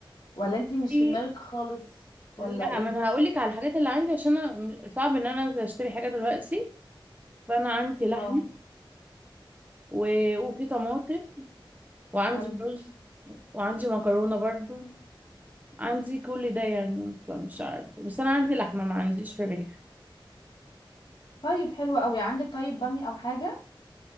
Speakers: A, on the left (about 60°); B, on the right (about 20°).
A: ولا
B: بصي
A: انتي مش في دماغك خالص
B: لا
A: ولا ايه
B: ما انا هقول لك على الحاجات اللي عندي عشان أنا م- صعب ان انا انزل اشتري حاجه دلوقتي فانا عندي لحمه
A: اه
B: و... وفي طماطم وعندي
A: حلو
B: رز وعندي مكرونه برضو عندي كل ده يعني فمش عارفه بس انا عندي لحمه ما عنديش فراخ
A: طيب حلو قوي عندك طيب بامي او حاجة